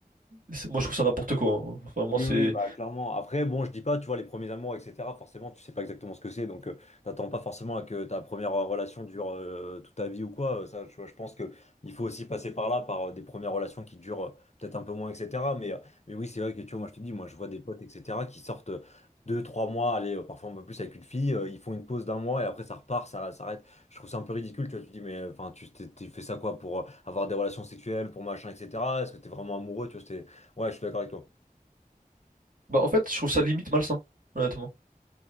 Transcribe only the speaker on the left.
Oui,
oui, bah clairement. Après, bon, je dis pas, tu vois, les premiers amours, etc. Forcément, tu sais pas exactement ce que c'est, donc euh, t'attends pas forcément à que ta première euh, relation dure euh, toute ta vie ou quoi. Euh, Ça, je, je pense que il faut aussi passer par là, par euh, des premières relations qui durent euh, peut-être un peu moins, etc. Mais, euh, mais oui, c'est vrai que tu vois, moi je te dis, moi je vois des potes, etc. qui sortent euh, deux, trois mois, allez, euh, parfois un peu plus avec une fille, euh, ils font une pause d'un mois et après ça repart, ça s'arrête. Je trouve ça un peu ridicule, tu vois. Tu te dis, mais enfin, tu t'es t'es fait ça quoi pour euh, avoir des relations sexuelles, pour machin, etc. Est-ce que t'es vraiment amoureux, tu vois, c'est, Ouais, je suis d'accord avec toi.